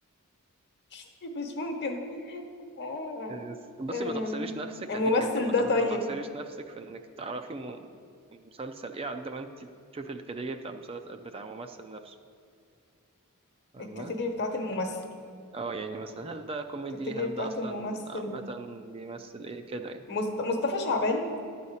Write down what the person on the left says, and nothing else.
<laughs> مش ممكن آه...
آم،
الممثل
ده
طيب
الكاتيجوري بتاعت الممثل
الكاتيجوري
بتاعت
الممثل
مست... مصطفى شعبان